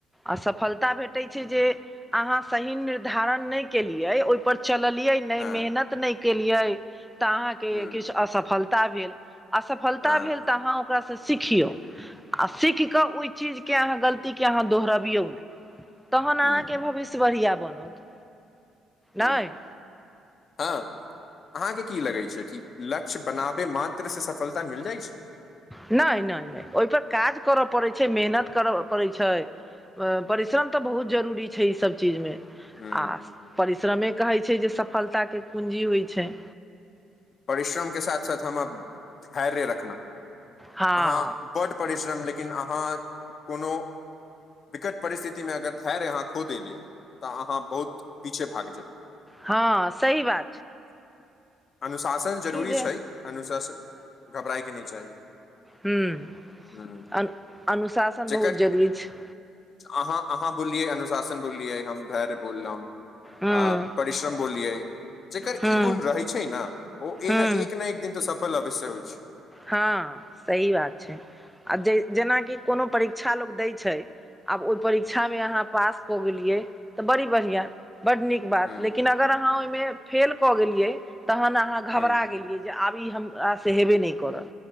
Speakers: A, in the centre; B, on the left.
A: असफलता भेटैय छैय
B: हँ
A: जैय। अहाँ सही निर्धारण नैय केलियै ओयपर चलललियै नैय
B: हँ
A: मेहनत। किछ नैय केलियै तऽ अहाँके
B: हँ
A: किछु असफलता भेल। असफलता
B: हँ
A: भेल तऽ अहाँ ओकरा से सीखियौ आ सीख कऽ ओई। चीजके अहाँ गलतीके अहाँ दोहरबियौ ने तहन अहाँके
B: हँ
A: भविष्य बढ़िआ बनत।
B: हँ
A: नहि
B: ह। अहाँके की लगैय छैय कि लक्ष्य बनाबे मात्र से सफलता मिल जाइ छैय।
A: नैय नैय नैय नैय ओहिपर काज करय पड़ैत छैय मेहनत करय पड़ैत छैया परिश्रम तऽ बहुत जरूरी छैय ई सब चीजमे।
B: ह
A: आ परिश्रमे कहैत छैय जे सफलताके कूँजी होई छैय।
B: परिश्रमके साथ साथ हमरा धैर्य रखना
A: हँ
B: अहाँ। बड्ड परिश्रम लेकिन अहाँ कोनो। विकट परिस्थितिमे अगर धैर्य अहाँ खो देलिय तऽ अहाँ बहुत पीछे भाग जेबै।
A: हँ सही बात छैया
B: <unintelligible> अनुशासन जरूरी
A: जे
B: छैय अनुशासन घबरायके नैय चाही।
A: हूमअनु
B: हम्म
A: अनुशासन बहुत
B: जेकर
A: जरूरी छैय।
B: अहाँ अहाँ बोललियै अनुशासन बोललियै हम धैर्य बोल लऊ।
A: ह्म
B: आ परिश्रम बोललियै जेकर
A: ह्म
B: ई गुण रहै छैय ना ओ
A: ह्म
B: ना एक न एक दिन तऽ सफल अवश्य होइ छैय।
A: हँ सही बात छैय आ जे जेनाकि कोनो परीक्षा लोक दैय छैय। आब ओई परीक्षा मे अहाँ पास क गेलियै तऽ बड़ी बढ़िया बड नीक। बात
B: ह
A: लेकिन अगर अहाँ ओइमे फेल कऽ गेलियै तहन अहाँ घबरा
B: ह ह
A: गेलियै। जे आब ई हमरासँ हेबे नहि करल